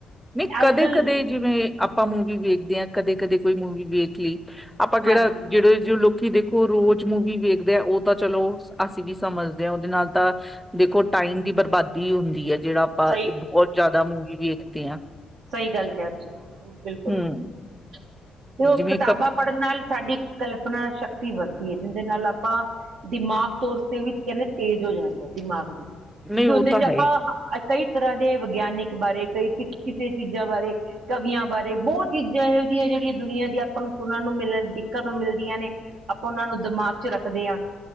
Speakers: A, in the centre; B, on the right.
A: ਨਈ ਕਦੇ-ਕਦੇ
B: ਅੱਜ ਕੱਲ
A: ਜਿਵੇਂ ਆਪਾਂ ਮੂਵੀ ਵੇਖਦੇ ਆ ਕਦੇ ਕਦੇ-ਕੋਈ ਮੂਵੀ ਵੇਖ ਲਈ ਆਪਾਂ ਕੇੜਾ
B: ਹਾਂਜੀ
A: ਜੇੜ੍ਹੇ ਜੋ ਲੋਕੀ ਦੇਖੋ ਰੋਜ਼ ਮੂਵੀ ਵੇਖਦੇ ਆ ਓ ਤਾਂ ਚਲੋ ਅਸੀਂ ਵੀ ਸਮਝਦੇ ਆ ਓਦੇ ਨਾਲ ਤਾਂ ਦੇਖੋ ਟਾਈਮ ਦੀ ਬਰਬਾਦੀ ਹੁੰਦੀ ਐ ਜੇੜਾ ਆਪਾਂ
B: ਸਹੀ
A: ਬੋਤ ਯਾਦਾ ਮੂਵੀ ਵੇਖਦੇ ਆ।
B: ਸਈ ਗੱਲ ਕਿਆ ਤੁਸੀਂ ਬਿਲਕੁੱਲ
A: ਹੂੰ
B: ਤੇ ਓ
A: ਜਿਵੇਂ
B: ਕਿਤਾਬਾਂ
A: ਕ
B: ਪੜ੍ਹਨ ਨਾਲ ਸਾਡੀ ਕਲਪਨਾ ਸ਼ਕਤੀ ਵੱਧਦੀ ਐ ਜੀਂਦੇ ਨਾਲ ਆਪਾਂ ਦਿਮਾਗ ਤੌਰ ਤੇ ਵੀ ਕੈਂਦੇ ਤੇਜ਼ ਹੋ ਜਾਂਦਾ ਦਿਮਾਗ ਵੀ। ਕਿਉਂਕਿ
A: ਨਹੀਂ ਉਹ
B: ਉਦੇ
A: ਤਾਂ
B: ਚ
A: ਹੈ
B: ਆਪਾਂ
A: ਹੀ
B: ਕਈ ਤਰ੍ਹਾਂ ਦੇ ਵਿਗਿਆਨਿਕ ਬਾਰੇ ਕਈ ਕ ਕਿਸੇ ਚੀਜ਼ਾਂ ਬਾਰੇ ਕਵੀਆਂ ਬਾਰੇ ਬੋ ਚੀਜ਼ਾਂ ਇਹੋ ਜੀਆਂ ਜੇੜੀਆਂ ਦੁਨੀਆਂ ਦੀ ਆਪਾਂ ਨੂੰ ਸੁਣਨ ਨੂੰ ਮਿਲਣ ਦੇਖਣ ਨੂੰ ਮਿਲਦੀਆਂ ਨੇ। ਆਪਾਂ ਉਨਾਂ ਨੂੰ ਦਿਮਾਗ ਚ ਰੱਖਦੇ ਆ।